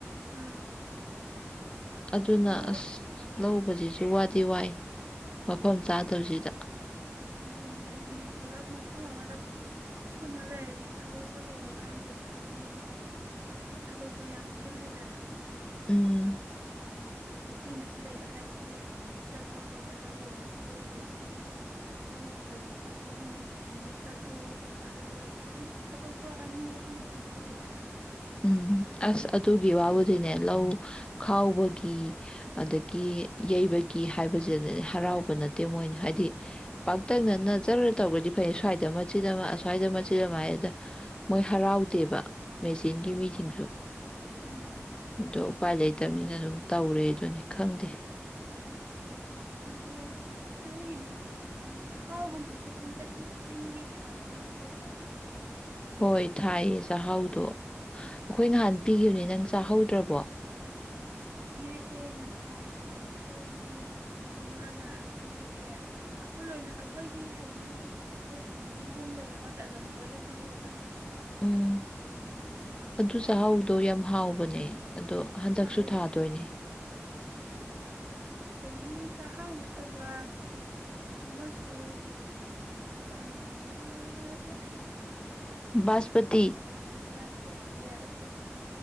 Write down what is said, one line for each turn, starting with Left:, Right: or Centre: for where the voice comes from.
Right: ꯑꯥ
Left: ꯑꯗꯨꯅ
Right: ꯑꯗꯣ
Left: ꯑꯁ ꯂꯧꯕꯁꯤꯁꯨ ꯏ ꯋꯥꯗꯤ ꯋꯥꯏ ꯃꯐꯝ ꯆꯥꯗꯕꯁꯤꯗ
Right: ꯑꯗꯨꯅꯤ ꯍꯥꯏꯗꯤ ꯄꯨꯂꯞ ꯃꯐꯝ ꯑꯃꯗ ꯄꯨꯟꯅ ꯂꯩꯔꯗꯤ ꯊꯕꯛꯇꯣ ꯇꯧꯕ ꯀꯥꯟꯗꯁꯨ ꯍꯥꯏꯗꯤ ꯊꯕꯛꯇꯣ ꯌꯥꯡꯁꯤꯜꯂꯤꯗꯅ
Left: ꯎꯝ
Right: ꯑꯈꯣ ꯃꯆꯤ ꯃꯆꯤ ꯂꯩꯕ ꯍꯥꯏꯗꯨꯗꯤ ꯆꯠꯄ ꯈꯣꯠꯄ ꯄꯇꯥꯕꯨ ꯑꯣꯏꯔꯥꯁꯨ ꯑꯗꯩ ꯍꯤ ꯂꯧ ꯈꯣꯏꯕ ꯈꯣꯠꯄꯒꯤ ꯃꯦꯆꯤꯟ ꯃꯛꯇ ꯊꯧꯕ ꯈꯣꯠꯄ ꯍꯥꯏꯕ ꯑꯣꯏꯔꯁꯨ ꯁꯨꯝ ꯊꯕꯛꯇꯣ ꯑꯅꯤ ꯑꯍꯨꯝ ꯑꯗꯨꯝ ꯊꯣꯛꯏꯗꯅ
Left: ꯎꯝ ꯑꯁ ꯑꯗꯨꯒꯤ ꯋꯥꯕꯨꯗꯤꯅꯦ ꯂꯧ ꯈꯥꯎꯕꯒꯤ ꯑꯗꯒꯤ ꯌꯩꯕꯒꯤ ꯍꯥꯏꯕꯁꯤꯗꯅꯦ ꯍꯔꯥꯎꯕ ꯅꯠꯇꯦ ꯃꯣꯏꯅ ꯍꯥꯏꯗꯤ ꯄꯥꯛꯇꯛꯅꯅꯖꯔ ꯇꯧꯔꯗꯤ ꯐꯩ ꯁ꯭ꯋꯥꯏꯗ ꯃꯆꯤꯗ ꯑꯃ ꯑꯁ꯭ꯋꯥꯏꯗ ꯃꯆꯤꯗ ꯑꯃ ꯍꯥꯏꯗ ꯃꯣꯏ ꯍꯔꯥꯎꯗꯦꯕ ꯇꯦꯟꯒꯤ
Right: ꯎꯝ
Left: ꯃꯤꯁꯤꯡꯁꯨ
Right: ꯎꯝ
Left: ꯑꯗꯣ ꯎꯄꯥꯏ ꯂꯩꯇꯕꯅꯤꯅ ꯑꯗꯨꯝ ꯇꯧꯔꯦ ꯑꯗꯨꯅꯤ ꯈꯪꯗꯦ
Right: ꯑꯗꯣ ꯏꯆꯦꯣꯏꯒꯤꯗꯤ ꯆꯥꯛꯍꯥꯎꯒꯨꯝꯕꯗꯤ ꯑꯗꯨꯝ ꯆꯍꯤ ꯈꯨꯗꯤꯡꯒꯤ ꯊꯥꯒꯨꯝ ꯇꯧꯗꯥꯏꯅꯦ
Left: ꯍꯣꯏ ꯊꯥꯏꯌꯦ ꯆꯥꯛꯍꯥꯎꯗꯣ ꯑꯩꯈꯣꯏ ꯅꯍꯥꯟ ꯄꯤꯈꯤꯕꯅꯦ ꯅꯪ ꯆꯥꯛꯍꯧꯗ꯭ꯔꯕꯣ
Right: ꯄꯤꯔꯛꯑꯦ ꯉꯍꯥꯟ ꯍꯥꯏꯗꯤ ꯏꯆꯦ ꯍꯣꯏꯒꯤ ꯏꯃꯥꯅ ꯄꯤꯔꯛꯑꯦ ꯑꯩꯈꯣꯏ ꯂꯣꯏꯅ ꯑꯩꯈꯣꯏꯒꯤ ꯍꯥꯏꯗꯤ ꯑꯩꯈꯣꯏ ꯁꯣꯝꯒꯤ ꯌꯨꯝ ꯂꯣꯏꯅꯃꯛꯇ ꯑꯗꯨꯝ ꯂꯣꯏꯅ ꯄꯤꯔꯛꯑꯦꯕ
Left: ꯎꯝ ꯑꯗꯨꯗ ꯆꯥꯎꯗꯣ ꯌꯥꯝ ꯍꯥꯎꯕꯅꯦ ꯑꯗꯣ ꯍꯟꯗꯛꯁꯨ
Right: ꯍꯥꯎꯋꯦ
Left: ꯊꯥꯗꯣꯏꯅꯦ
Right: ꯅꯤ ꯆꯥꯛꯍꯥꯎ ꯅꯠꯇꯕ ꯑꯃꯁꯨ ꯕꯥꯔꯃꯥꯁꯤ ꯊꯦꯛ
Left: ꯕꯥꯁꯄꯇꯤ
Right: ꯕꯥꯥꯁꯃꯇ ꯌꯥ